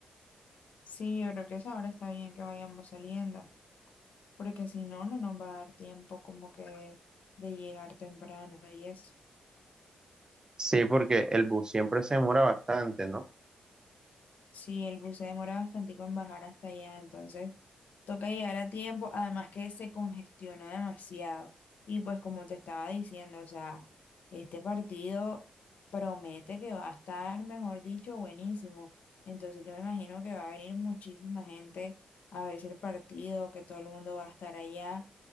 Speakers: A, on the left (about 70°); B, on the right (about 25°).
A: Sí, yo creo que esa hora está bien que vayamos saliendo, porque si no, no nos va a dar tiempo como que de, de llegar temprano y eso.
B: Sí, porque el bus siempre se demora bastante, ¿no?
A: Sí, el bus se demora bastante en bajar hasta allá, entonces toca llegar a tiempo, además que se congestiona demasiado. Y pues como te estaba diciendo, o sea, este partido promete que va a estar, mejor dicho, buenísimo. Entonces yo me imagino que va a venir muchísima gente a verse el partido, que todo el mundo va a estar allá.